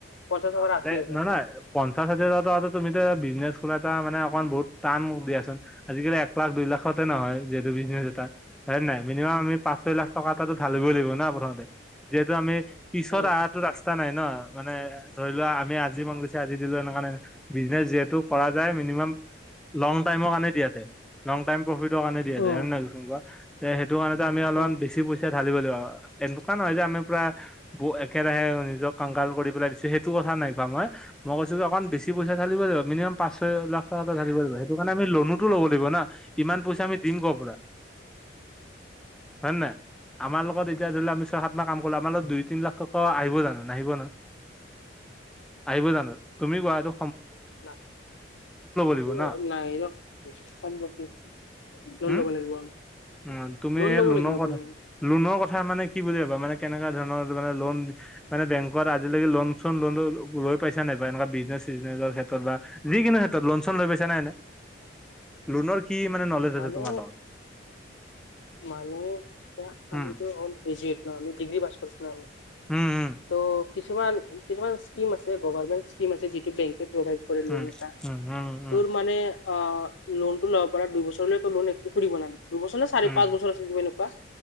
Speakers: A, on the left; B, in the centre.
A: পঞ্চাছৰ
B: অ
A: পৰা আশী
B: তে,
A: হাজাৰ
B: নহয়-নহয় পঞ্চাশ হাজাৰ টকাটো আৰু তুমিটো বিজনেছ কৰা এটা মানে অকণমান বহুত টান মুভ দিয়াচোন। আজিকালি এক লাখ, দুই লাখতে নহয় যিহেতু বিজনেছ এটা। হয় নে নাই মিনিমাম আমি পাঁচ ছয় লাখ টকা এটা টো ঢালিবই লাগিব না প্ৰথমতে, যিহেতু আমি পিছত
A: উম।
B: আহাটো ৰাস্তা নাই ন মানে ধৰি লোৱা আমি আজি মন গৈছে আজি দিলো এনেকা নহয় ন। বিজনেচ যিহেতু কৰা যায় মিনিমাম লং টাইমৰ কাৰণে দি আছে, লং টাইম প্ৰফিটৰ কাৰণে দি আছে
A: উম
B: হয় নে নাই কোৱা? যে সেইটো কাৰণেত আমি অলপমান
A: উম।
B: বেছি পইচা ঢালিব লাগিব, আৰু এনেকুৱা নহয় যে আমি পৰা ব একেৰাহে নিজক কাংগাল কৰি পেলাই দিছে, সেইটো কথা নাই পোৱা মই। মই কৈছো যে অকণ বেছি পইচা ঢালিব লাগিব, মিনিমাম পাঁচ - ছয় লাখ টকা এটো ঢালিব লাগিব সেইটো কাৰণে আমি লনোটো ল'ব লাগিব না? ইমান পইচা আমি দিম কৰ পৰা?
A: উ <inaudible>
B: হয় নাই? আমাৰ লগত এতিয়া ধৰি লোৱা আমি ছয় - সাত মাহ কাম কৰিলেও আমাৰ লগত দুই- তিনি লাখ টকা আহিব জানো নাহিব ন? আহিব জানো? তুমি কোৱা, এটো
A: ন এইটো
B: লাগিব ন
A: নাই এই <unintelligible> লোন
B: উম
A: ল'ব লাগিব অহ',
B: উম, তুমি
A: লোন
B: এই
A: ল'ব
B: লোনৰ
A: লাগিব আপুনি।
B: কথা লোনৰ কথা মানে কি বুলি ভাবা, মানে কেনেকুৱা ধৰণৰ মানে লোন মানে বেংকত আজিলৈকে লোন চোন লোন লৈ পাইছা নাই বা এনেকুৱা বিজনেছ - চিজনেছৰ ক্ষেত্ৰত বা যিকোনো ক্ষেত্ৰত লোন - চন লৈ পাইছ নাই এনে? লোনৰ কি নলেজ
A: মানে,
B: আছে তোমাৰ লগত
A: মানে এতিয়া
B: উম
A: আমি যে অল বিজিত আমি ডিগ্ৰী পাছ কৰিছো না আমি,
B: উম
A: ত' কিছুমান কিছুমান স্কীম আছে গভাৰ্মেন্ট স্কীম আছে, যিটো বেংকে প্ৰভাই কৰে
B: উম
A: লোণ এটা,
B: উম উম
A: তোৰ মানে আ লোনটো ল'ব পৰা দুইবছৰলৈতো লোন একো কৰিব নালাগে দুবছৰ নে, চাৰি
B: উম
A: পাঁচ বছৰ তুজ এনেকুৱা